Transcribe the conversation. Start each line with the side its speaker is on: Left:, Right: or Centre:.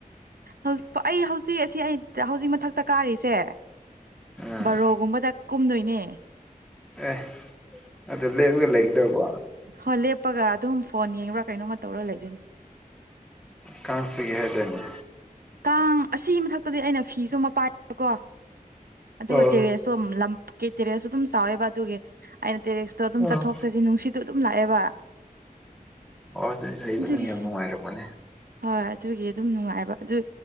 Right: <unintelligible> ꯑꯩ ꯍꯧꯖꯤꯛ ꯑꯁꯤ ꯑꯩ ꯍꯧꯖꯤꯛ ꯃꯊꯛꯇ ꯀꯥꯔꯤꯁꯦ
Centre: ꯎꯝ
Right: ꯕꯔꯣꯒꯨꯝꯕꯗ ꯀꯨꯝꯗꯣꯏꯅꯦ
Centre: ꯑꯦ ꯑꯗꯨ ꯂꯦꯞꯂꯒ ꯂꯩꯒꯗꯧꯕ
Right: ꯍꯣ ꯂꯦꯞꯄꯒ ꯑꯗꯨꯝ ꯐꯣꯟ ꯌꯦꯡꯕ꯭ꯔꯥ ꯀꯩꯅꯣꯝꯃ ꯇꯧꯔ ꯂꯩꯗꯣꯏꯅꯤ
Centre: ꯀꯥꯡꯆꯤꯛꯏ ꯍꯥꯏꯗꯥꯅꯦ
Right: ꯀꯥꯡ ꯑꯁꯤꯒꯤ ꯃꯊꯛꯇꯗꯤ ꯑꯩꯅ ꯐꯤꯁꯨ ꯑꯃꯄꯥꯏꯕꯀꯣ ꯑꯗꯨꯒ
Centre: ꯑꯣ
Right: ꯇꯦꯔꯦꯁ ꯁꯨꯝ ꯂꯝ ꯀꯤ ꯇꯦꯔꯦꯁꯁꯨ ꯑꯗꯨꯝ ꯆꯥꯎꯋꯤꯕ ꯑꯗꯨꯒꯤ ꯑꯩꯅ ꯇꯦꯔꯦꯁꯇꯣ ꯑꯗꯨꯝ
Centre: ꯑꯣ
Right: ꯆꯠꯊꯣꯛ ꯑꯁꯤ ꯅꯨꯡꯁꯤꯠꯇꯣ ꯑꯗꯨꯝ ꯂꯥꯛꯑꯦꯕ
Centre: ꯑꯣ ꯑꯗꯨꯗꯤ ꯂꯩꯕꯅꯪ
Right: ꯑꯗꯨꯒꯤ
Centre: ꯌꯥꯝ ꯅꯨꯡꯉꯥꯏꯔꯃꯅꯦ
Right: ꯍꯣꯏ ꯑꯗꯨꯒꯤ ꯑꯗꯨꯝ ꯅꯨꯡꯉꯥꯏꯕ ꯑꯗꯨ